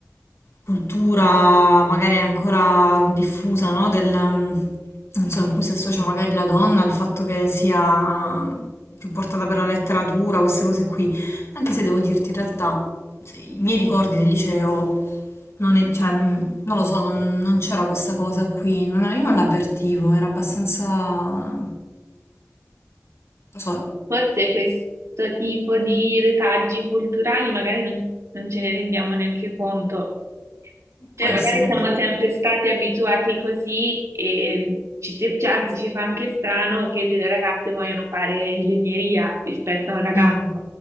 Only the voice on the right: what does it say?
Forse questo tipo di retaggi culturali magari non, non ce ne rendiamo neanche conto.
Cioè,
magari siamo sempre stati abituati così e ci, si- cioè, anzi ci fa anche strano che delle ragazze vogliono fare ingegneria rispetto a un ragazzo.